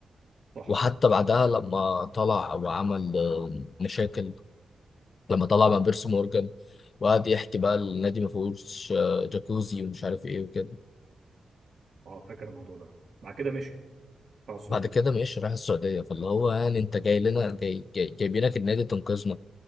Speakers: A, on the right; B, on the left.
A: صح
B: وحتى بعدها لما طلع وعمل آه، مشاكل لما طلع مع بيرسي مورجان وقعد يحكي بقى النادي ما فيهوش آه، جاكوزي ومش عارف ايه وكده
A: اه فاكر الموضوع ده مع كده مشي بتاع السعوديه
B: بعد كده ماشي راح السعودية فاللي هو يعني انت جاي لنا جاي جاي جايبينك النادي تنقذنا